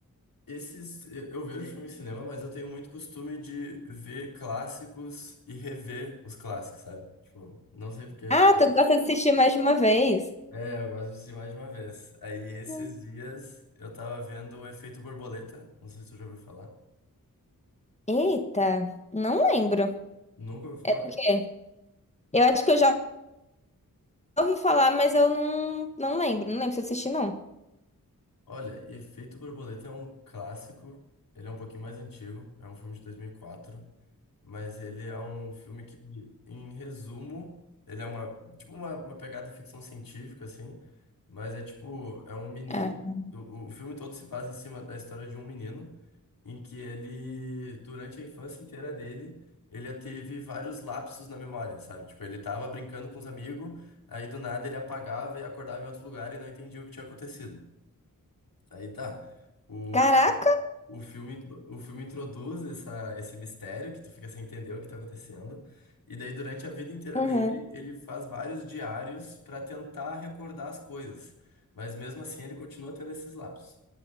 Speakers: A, on the left (about 70°); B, on the left (about 20°).
A: Esses, eu eu vejo filme em cinema, mas eu tenho muito costume de ver clássicos e rever os clássicos, sabe? Tipo, não sei porquê
B: Ah, tu gosta de assistir mais de uma vez?
A: É, eu gosto de assistir mais de uma vez. Aí esses
B: Hum.
A: dias eu tava vendo o Efeito Borboleta, não sei se tu já ouviu falar.
B: Eita, não lembro. O
A: Nunca ouviu falar?
B: quê? Eu acho que eu já ouvi falar, mas eu não, não lembro. Não lembro se eu assisti, não.
A: Olha, Efeito Borboleta é um clássico, ele é um pouquinho mais antigo, é um filme de 2004, mas ele é um filme que, em resumo, ele é uma, tipo uma, uma pegada ficção científica, assim, mas é tipo, é um menino,
B: Eita.
A: o, o filme todo se passa em cima da história de um menino, em que ele, durante a infância inteira dele, ele já teve vários lapsos na memória, sabe? Tipo, ele tava brincando com os amigos, aí do nada ele apagava e acordava em outro lugar e não entendia o que tinha acontecido. Aí tá. O,
B: Caraca!
A: o filme, intro- o filme introduz essa, esse mistério que tu fica sem entender o que tá acontecendo. E daí, durante a vida inteira
B: Uhum.
A: dele, ele faz vários diários para tentar recordar as coisas. Mas mesmo assim, ele continua tendo esses lapsos.